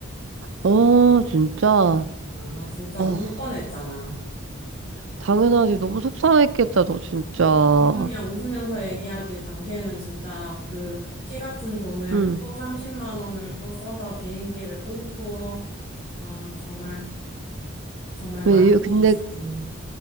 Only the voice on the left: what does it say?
어, 나 진짜
울 뻔했잖아.
유금이야 웃으면서 얘기하지. 당시에는 진짜 그 피 같은 돈을
또 30만 원을 또 써서 비행기를 끊고, 아, 정말, 정말 많은
일이 있었지.